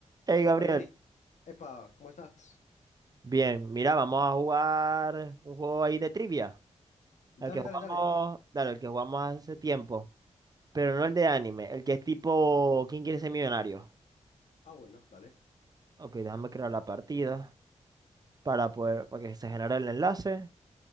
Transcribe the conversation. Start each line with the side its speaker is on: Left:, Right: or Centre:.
Right: Hey
Left: Epa,
Right: Gabriel,
Left: Lery. Epa, ¿cómo estás?
Right: bien, mira, vamos a jugar un juego ahí de trivia,
Left: Dale,
Right: el que jugamos,
Left: dale, dale.
Right: dale, el que jugamos hace tiempo, pero no el de anime, el que es tipo ¿Quién quiere ser millonario?
Left: Ah, bueno, dale.
Right: Ok, déjame crear la partida para poder, para que se genere el enlace.